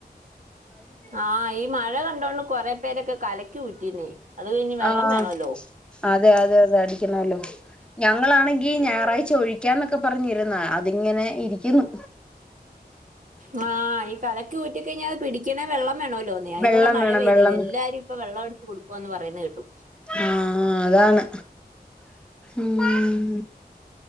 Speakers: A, on the right (about 50°); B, in the centre.
A: ആഹ് ഈ മഴ കണ്ടോണ്ട് കൊറെ പേരൊക്കെ കലക്കി ഊറ്റിന്നേ അത് കഴിഞ്ഞ് വെള്ളം
B: ആഹ്
A: വേണല്ലോ
B: അതെ അതെ അതെ അടിക്കണോല്ലോ ഞങ്ങളാണെങ്കി ഞായറാഴ്ച ഒഴിക്കാന്നൊക്കെ പറഞ്ഞിരുന്ന. അതിങ്ങനെ ഇരിക്കുന്നു
A: മാഹ് ഈ കലക്ക് ഊറ്റി കഴിഞ്ഞ അത് പിടിക്കെണെ വെള്ളം വേണോല്ലോന്നെ അയ്നുള്ള
B: വെള്ളം
A: മഴ
B: വേണം
A: പെയ്തില്ല.
B: വെള്ളം
A: എല്ലാരും ഇപ്പൊ വെള്ളം എടുത്ത് കൊടുക്ക്വ എന്ന് പറയുന്ന കേട്ടു
B: ആഹ് അതാണ് ഉം